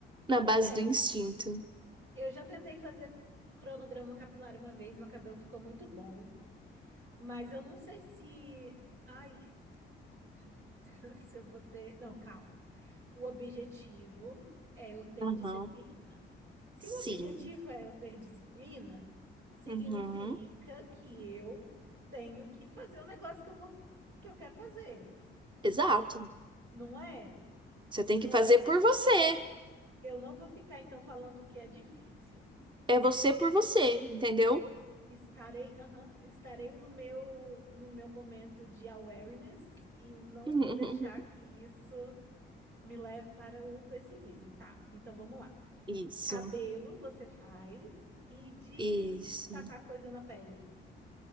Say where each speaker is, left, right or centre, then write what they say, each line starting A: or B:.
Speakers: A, on the right (about 25°); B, on the right (about 80°).
A: na base
B: É,
A: do instinto.
B: eu já tentei fazer cronograma capilar uma vez, meu cabelo ficou muito bom, mas eu não sei se. Ai, <laughs> se eu vou ter. Não, calma. O objetivo é eu ter
A: Aham.
B: disciplina. Se
A: Sim.
B: o objetivo é eu ter disciplina, significa
A: Uhum.
B: que eu tenho que fazer o negócio que eu vou, que eu quero fazer,
A: Exato.
B: não é?
A: Você
B: Então
A: tem que fazer
B: eu não,
A: por você.
B: eu não vou ficar então falando que é difícil.
A: É você por você, entendeu?
B: Estarei, aham, estarei no meu, no meu momento de awareness e não
A: <laughs>
B: vou deixar que isso me leve para o pessimismo, tá? Então vamos lá.
A: Isso.
B: Cabelo você faz e de
A: Isso.
B: tacar coisa na pele.